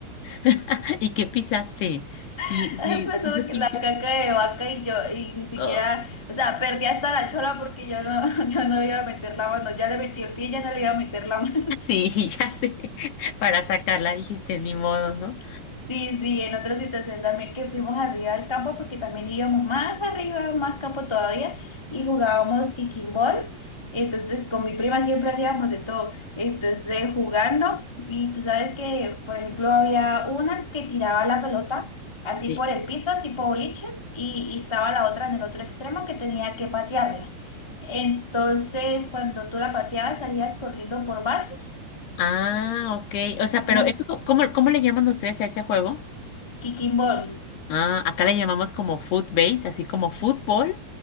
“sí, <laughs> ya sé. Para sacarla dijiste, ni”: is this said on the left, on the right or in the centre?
Left